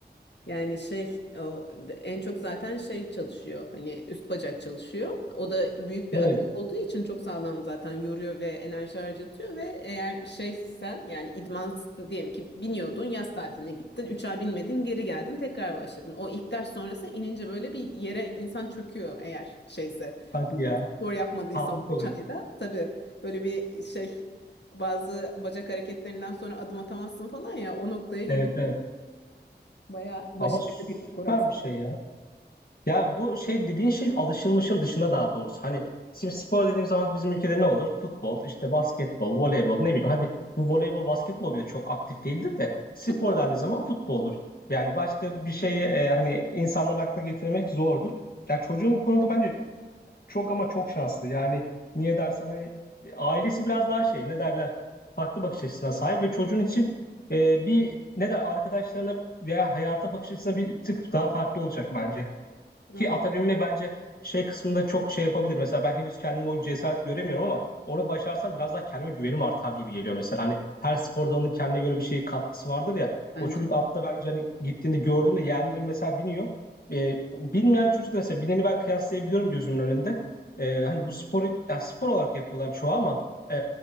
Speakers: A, on the left; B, on the left.
A: Yani şey o, en çok zaten şey çalışıyor hani üst bacak çalışıyor. O da büyük bir
B: evet.
A: adalet olduğu için çok sağlam zaten yoruyor ve enerji harcatıyor ve eğer şey sen yani idman diyelim ki biniyordun yaz tatiline gittin 3 ay binmedin geri geldin tekrar başladın. O ilk ders sonrası inince böyle bir yere insan çöküyor eğer şeyse
B: Hadi ya.
A: spor yapmadıysa
B: Tablık
A: o 3
B: oluyor.
A: ayda tabii böyle bir şey bazı bacak hareketlerinden sonra adım atamazsın falan ya o noktaya gelip
B: Evet evet.
A: bayağı başarılı
B: Ama süper
A: bir spor aslında.
B: bir şey ya. Ya bu şey dediğin şey alışılmışın dışında daha doğrusu. Hani şimdi spor dediğim zaman bizim ülkede ne olur? Futbol, işte basketbol, voleybol ne bileyim. Hadi bu voleybol, basketbol bile çok aktif değildir de spor
A: Futbol.
B: dendiği zaman futboldur. Yani başka bir şeyi e, hani insanların aklına getirmek zordur. Ya çocuğun bu konuda bence çok ama çok şanslı. Yani niye dersen hani e, ailesi biraz daha şey ne derler farklı bakış açısına sahip ve çocuğun için e, bir ne der arkadaşlarına veya hayata bakış açısına bir tık daha farklı olacak bence.
A: Anladım.
B: Ki ata binme bence şey kısmında çok şey yapabilir. Mesela ben henüz kendime o cesareti göremiyorum ama onu başarsam biraz daha kendime güvenim artar gibi geliyor mesela. Hani her spor dalının kendine göre bir şey katkısı vardır ya.
A: Bence
B: O çocuk
A: de.
B: atta bence hani gittiğinde gördüğümde yeğenlerim mesela biniyor. Ee, bilmeyen çocuk da mesela bineni ben kıyaslayabiliyorum gözümün önünde. Ee, hani bu sporu yani spor olarak yapıyorlar çoğu ama e,